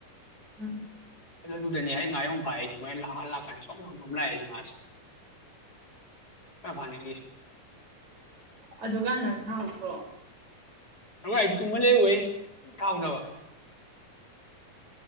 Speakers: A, on the right (about 55°); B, on the left (about 25°).
A: ꯎꯝ
B: ꯑꯗꯨ ꯑꯗꯨꯗꯅꯦ ꯑꯩ ꯉꯥꯌꯣꯝ ꯐ ꯍꯥꯏꯏꯁ ꯃꯣꯏ ꯂꯥꯛꯍꯥꯟ ꯂꯥꯛꯀ ꯁꯣꯝ ꯁꯣꯝ ꯂꯥꯛꯏꯁꯁꯤ ꯉꯁꯦ ꯐꯥꯅꯤꯡꯉꯤꯁꯦ
A: ꯑꯗꯨꯀꯥꯟ ꯅꯪ ꯊꯥꯗ꯭ꯔꯣ
B: ꯑ ꯇꯨꯃ ꯂꯩ ꯊꯥꯎꯗꯕ